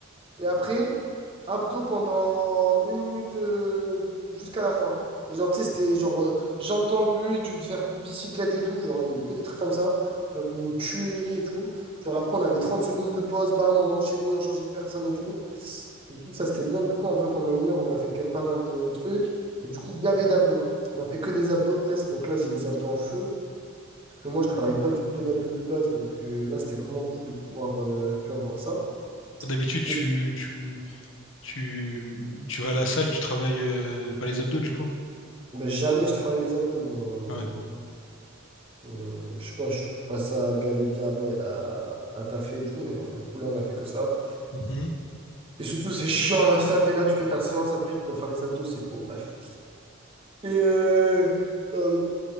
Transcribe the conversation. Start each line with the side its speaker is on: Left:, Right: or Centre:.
Right: Et après, abdos pendant une minute euh, jusqu'à la fin. Et genre, tu sais, c'était genre euh, jambes tendues et tu devais faire bicyclette et tout. Genre, une- que des trucs comme ça. Genre, ils nous tuaient et tout. Genre, après, on avait 30 secondes de pause, bam, on enchaînait, on changeait de personne et tout. Du coup, ça, c'était bien. Du coup, en vrai, pendant une heure, on a fait quand même pas mal de trucs. Mais du coup, gavé d'abdos. On a fait que des abdos presque. Donc là, j'ai les abdos en feu. Parce que moi, je travaille pas du tout les abdos de base. Donc euh, là, c'était vraiment cool de pouvoir, euh, tu vois, voir ça.
Left: D'habitude, tu,
Right: Et
Left: tu, tu, tu vas à la salle, tu travailles euh, pas les abdos, du coup?
Right: Ben, jamais je travaille les abdos, moi.
Left: Ouais.
Right: Euh, je sais pas, je trouve pas ça gavé bien à, vo- à, à taffer et tout, mais bon, du coup, là, on a fait que ça.
Left: Mhm.
Right: Et surtout, c'est chiant à la salle, t'es là, tu fais ta séance, après, tu dois faire les abdos, c'est bon, bref. Et, euh, pardon.